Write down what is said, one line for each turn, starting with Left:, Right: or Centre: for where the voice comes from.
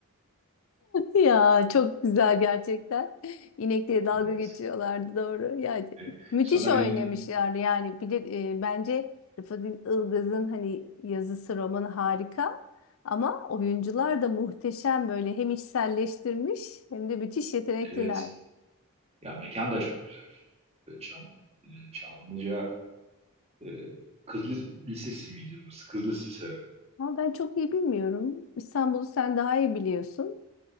Left: Ya, çok güzel gerçekten. İnekliğe dalga
Right: Evet.
Left: geçiyorlardı doğru. Yani
Right: E,
Left: müthiş
Right: sonra
Left: oynamışlar
Right: bir
Left: yani yani bir de e, bence Rıfat Ilgaz'ın hani yazısı romanı harika ama oyuncular da muhteşem böyle hem içselleştirmiş hem de müthiş yetenekliler.
Right: evet. Ya mekan da çok güzel. E, Çam, e, Çamlıca e, Kız Lis- Lisesi miydi burası? Kız Lisesi herhalde.
Left: Ama ben çok iyi bilmiyorum. İstanbul'u sen daha iyi biliyorsun.